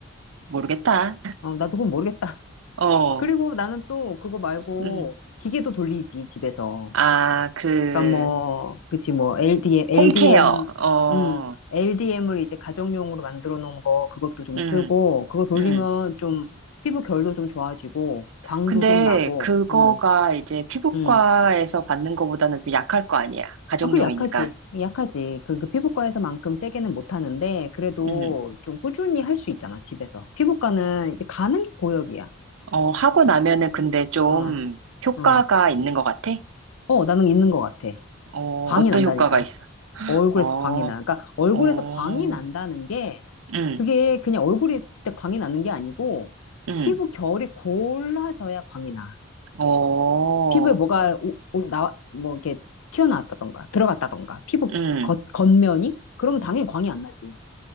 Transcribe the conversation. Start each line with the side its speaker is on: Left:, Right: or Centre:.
Right: 모르겠다.
Left: 어, 나도 그건 모르겠다. <laughs>
Right: 어,
Left: 그리고 나는 또 그거 말고
Right: 음.
Left: 기계도 돌리지, 집에서.
Right: 아, 그,
Left: 그러니까 뭐, 그치, 뭐, LDM, LDM,
Right: 홈케어. 어,
Left: 음, LDM을 이제 가정용으로 만들어 놓은 거, 그것도 좀
Right: 음,
Left: 쓰고, 그거 돌리면
Right: 음.
Left: 좀 피부 결도 좀 좋아지고, 광도
Right: 근데
Left: 좀 나고,
Right: 그거가
Left: 음,
Right: 이제 피부과에서
Left: 음.
Right: 받는 거보다는 좀 약할 거 아니야. 가정용이니까.
Left: 아, 그 약하지. 약하지. 그, 그 피부과에서만큼 세게는 못 하는데, 그래도
Right: 음.
Left: 좀 꾸준히 할 수 있잖아, 집에서. 피부과는 이제 가는 게 고역이야.
Right: 어, 하고 나면은 근데 좀
Left: 어,
Right: 효과가
Left: 어.
Right: 있는 것 같아?
Left: 어, 나는 있는 것 같아.
Right: 어,
Left: 광이
Right: 어떤
Left: 난다니까.
Right: 효과가 있어?
Left: 얼굴에서
Right: 어,
Left: 광이 나. 그러니까 얼굴에서
Right: 어,
Left: 광이 난다는 게,
Right: 음,
Left: 그게 그냥 얼굴이 진짜 광이 나는 게 아니고,
Right: 음,
Left: 피부 결이 골라져야 광이 나.
Right: 어,
Left: 피부에 뭐가, 오, 오- 나, 뭐, 이렇게 튀어나왔다던가, 들어갔다던가, 피부
Right: 음.
Left: 겉, 겉면이? 그러면 당연히 광이 안 나지.